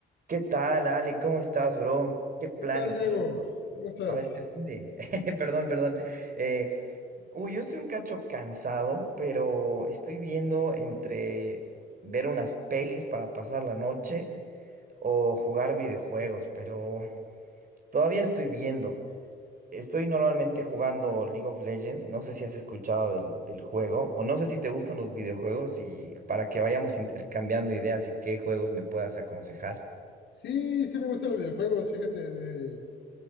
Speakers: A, on the right (about 45°); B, on the left (about 65°).
A: ¿Qué tal, Ale? ¿Cómo estás, bro? ¿Qué planes
B: ¿Qué tal, Diego?
A: tienes
B: ¿Cómo estás?
A: para este fin de? <laughs> Perdón, perdón. Eh, uy, yo estoy un cacho cansado, pero estoy viendo entre ver unas pelis para pasar la noche o jugar videojuegos, pero todavía estoy viendo. Estoy normalmente jugando League of Legends. No sé si has escuchado del, del juego o no sé si te gustan los videojuegos y para que vayamos intercambiando ideas y qué juegos me puedas aconsejar.
B: Sí, sí me gustan los videojuegos, fíjate, de-